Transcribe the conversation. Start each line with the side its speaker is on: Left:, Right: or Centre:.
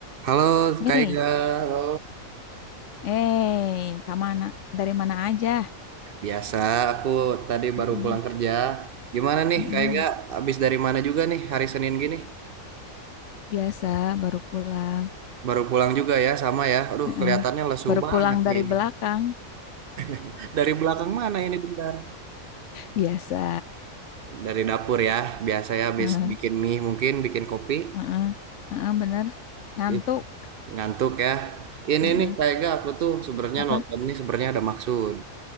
Right: Halo
Left: Nih,
Right: Kak Ega, halo.
Left: eh, kak mana? Dari mana aja?
Right: Biasa, aku tadi
Left: Mm-mm,
Right: baru pulang kerja. Gimana nih
Left: mm-mm.
Right: Kak Ega, habis dari mana juga nih hari Senin gini?
Left: Biasa, baru pulang.
Right: Baru pulang juga ya, sama ya. Aduh,
Left: Heeh.
Right: kelihatannya lesu
Left: Baru
Right: banget
Left: pulang
Right: nih
Left: dari
Right: ini.
Left: belakang.
Right: <laughs> Dari belakang mana ini bentar?
Left: Biasa.
Right: Dari dapur ya, biasanya habis
Left: Heeh,
Right: bikin mie mungkin, bikin kopi.
Left: heeh, heeh, bener. Ngantuk.
Right: Ih, ngantuk ya. Ini
Left: Heeh.
Right: nih Kak Ega, aku tuh sebenarnya
Left: Apa?
Right: nonton nih sebenarnya ada maksud.